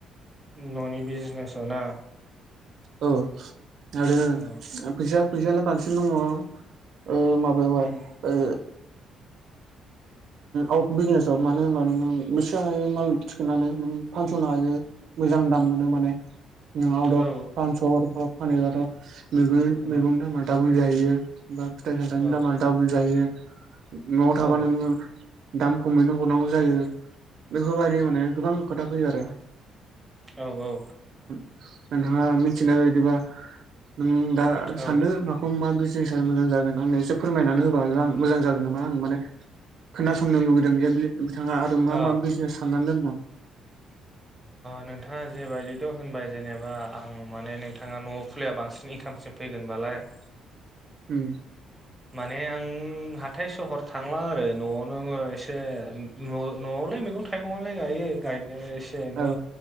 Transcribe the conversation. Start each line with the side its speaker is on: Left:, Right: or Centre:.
Centre: ननि बिजनेसाव ना
Right: औ आरो
Centre: औ
Right: फैसा फैसायालाय बांसिन दङ। ओ माबायावहाय
Centre: उम
Right: ओ आउट बिजनेसाव मानो होनबा नोंङो बेसे हायो माल थिखोननानै नों फानसनो हायो। मोजां दाम मोनो माने। आउट अफ
Centre: औ
Right: टाउन सहरफ्राव फानोबाथ मैगं
Centre: औ औ
Right: मैगंनि दामआ दाबोल जाहैयो। बा फिथाइ सामथाइनि
Centre: औ
Right: दामा दाबोल जायो नआव
Centre: औ
Right: थाबा नोङो दाम खमैनो हरनांगौ जायो बेफोरबायदि माने गोबां खोथा फैयो आरो
Centre: औ औ
Right: नोंथांङा मिथिनाय बायदिबा नों दा सान्दो
Centre: औ
Right: माखौ मा? <unintelligible> मोजां जागोन आंनो एसे फोरमायनानै होब्ला मोजां जागोन नामा आं माने खोनासंनो लुुबैदों जे बिथांङा आरो मा
Centre: औ
Right: मा बिजनेस साननानै दोनदों?
Centre: नोंथांङा जेबायदिथ होनबाय जेनेबा आं माने नोंथांङा नआव फुलिया बांसिन इनकाम सिम फैगोनबालाय?
Right: उम
Centre: माने आं हाथाय सहर थांला आरो नआवनो एसे न न'आव गलाय मैगन थाइ खङाय गायो गाय द एसे
Right: औ
Centre: ए